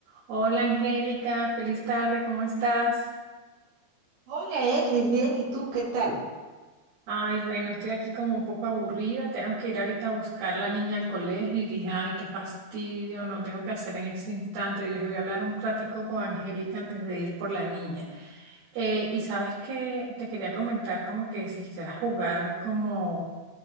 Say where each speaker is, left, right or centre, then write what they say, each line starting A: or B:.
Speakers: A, on the right; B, on the right.
A: Hola Angélica, feliz tarde, ¿cómo estás?
B: Hola, Edlis, bien, ¿y tú qué tal?
A: Ay, bueno, estoy aquí como un poco aburrida, tengo que ir ahorita a buscar a la niña al colegio y dije, ay, qué fastidio, no tengo que hacer en ese instante. Y dije, voy a hablar un ratico con Angélica antes de ir por la niña. Eh, y sabes que te quería comentar como que si quisieras jugar como